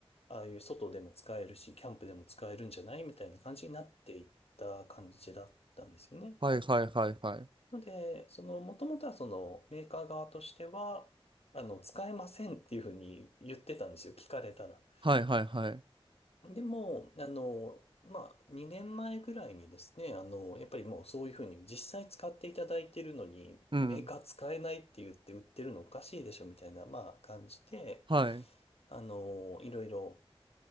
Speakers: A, on the left (about 85°); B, on the right (about 55°).
A: ああいう外でも使えるし、キャンプでも使えるんじゃないみたいな感じになっていった感じだったんですよね。
B: はいはいはいはい。
A: ので、その、もともとはその、メーカー側としては、あの、使えませんっていうふうに言ってたんですよ、聞かれたら。
B: はいはいはい。
A: でも、あの、まあ、2年前ぐらいにですね、あの、やっぱりもうそういうふうに実際使っていただいてるのに、
B: うん。
A: メーカー使えないって言って売ってるのおかしいでしょみたいな、まあ、感じで、
B: はい。うん
A: あの、いろいろ、